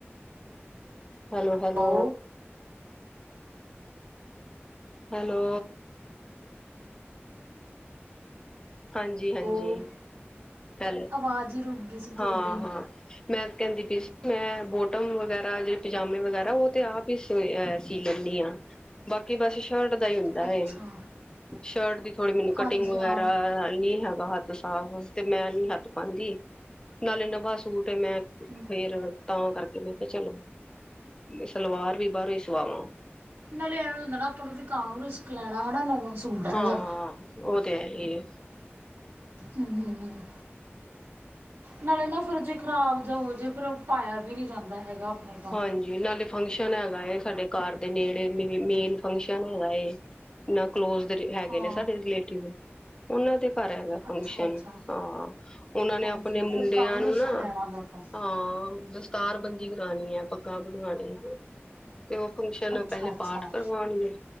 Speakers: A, on the left; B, on the right.
A: ਹੈਲੋ-ਹੈਲੋ
B: ਉਹ
A: ਹੈਲੋ। ਹਾਂਜੀ-ਹਾਂਜੀ,
B: ਉਹ
A: ਪਹਿਲੇ
B: ਆਵਾਜ਼ ਹੀ ਰੁਕ ਗਈ ਸੀ
A: ਹਾਂ-ਹਾਂ।
B: ਤੁਹਾਡੀ
A: ਮੈਂ ਕਹਿੰਦੀ ਪੀ ਸੀ ਮੈਂ ਬੋਟਮ ਵਗੈਰਾ ਜ ਪਜਾਮੇ ਵਗੈਰਾ ਉਹ ਤੇ ਆ ਪੀ ਤੇ ਐ ਸੀ ਲੈਂਦੀ ਆ, ਬਾਕੀ ਬੱਸ ਸ਼ਰਟ ਦਾ ਹੀ ਹੁੰਦਾ
B: ਅੱਛਾ
A: ਹੈ। ਸ਼ਰਟ ਦੀ ਥੋੜੀ ਮੈਨੂੰ ਕਟਿੰਗ
B: ਹਾਂਜੀ
A: ਵਗੈਰਾ
B: ਹਾਂ ਹੂੰ
A: ਨੀ ਹੈਗਾ ਹੱਥ ਸਾਫ਼ ਤੇ ਮੈਂ ਨੀ ਹੱਥ ਪਾਦੀ, ਨਾਲੇ ਨਵਾਂ ਸੂਟ ਮੈਂ
B: ਹੂੰ
A: ਫੇਰ ਤਾਂ ਕਰਕੇ ਮੈਂ ਕਿਹਾ ਚਲੋ। ਮੈ ਸਲਵਾਰ ਵੀ ਬਾਹਰੋਂ ਹੀ ਸਵਾਵਾਂ।
B: ਨਾਲੇ ਐਵੇਂ ਹੁੰਦਾ ਨਾ ਆਪਾਂ ਨੂੰ ਵੀ ਕਉਣ ਨੂੰ ਰਿਸਕ ਲੈਣਾ ਹਨਾ ਨਵਾਂ ਸੂਟ ਹੈਗਾ
A: ਹਾਂ, ਉਹ ਤੇ ਹੈ ਹੀ ਐ।
B: ਹੂੰ ਹੂੰ। ਹੂੰ ਨਾਲੇ ਨਾ ਫਿਰ ਜੇ ਖ਼ਰਾਬ ਜਾਂ ਹੋ ਜੇ ਫਿਰ ਉਹ ਪਾਇਆ ਵੀ ਨਹੀਂ ਜਾਂਦਾ ਹੈਗਾ ਆਪਣੇ ਤੋਂ
A: ਹਾਂਜੀ ਨਾਲੇ ਫੰਕਸ਼ਨ ਹੈਗਾ ਅ ਸਾਡੇ ਘਰ ਦੇ ਨੇੜੇ ਮੇ -ਮੇਨ ਫੰਕਸ਼ਨ ਹੈਗਾ ਏ। ਨਾ ਕਲੋਜ ਦੇ ਹੈਗੇ
B: ਹਾਂ
A: ਨੇ ਸਾਡੇ ਰਿਲੇਟਿਵ। ਉਹਨਾਂ ਦੇ ਘਰ ਹੈਗਾ ਫੰਕਸ਼ਨ
B: ਅੱਛਾ ਅੱਛਾ
A: ਹਾਂ ਉਹਨਾਂ ਨੇ
B: ਹਾਂਜੀ
A: ਆਪਣੇ
B: ਹਾਂ
A: ਮੁੰਡਿਆਂ
B: ਫਿਰ ਕਾਹਨੂੰ
A: ਨੂੰ
B: ਰਿਸਕ
A: ਨਾ
B: ਲੈਣਾ ਗਾ ਆਪਾਂ
A: ਹਾਂ, ਦਸਤਾਰ ਬੰਦੀ ਕਰਾਣੀ ਐ। ਪੱਗਾਂ ਬਣਵਾਉਣੀਆਂ। ਤੇ ਉਹ ਫੰਕਸ਼ਨ
B: ਅੱਛਾ
A: ਐ ਪਹਿਲੇ
B: ਅੱਛਾ
A: ਪਾਠ ਕਰਵਾਉਣਗੇ।